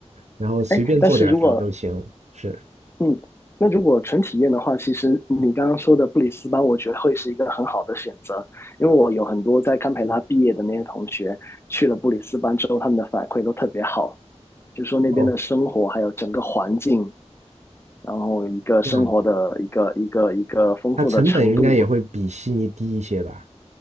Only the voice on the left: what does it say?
哎，但是如果
嗯，那如果纯体验的话，其实你刚刚说的布里斯班，我觉得会是一个很好的选择，因为我有很多在堪培拉毕业的那些同学去了布里斯班之后，他们的反馈都特别好，就说那边的生活还有整个环境，
然后一个生活的一个一个一个丰富的程度，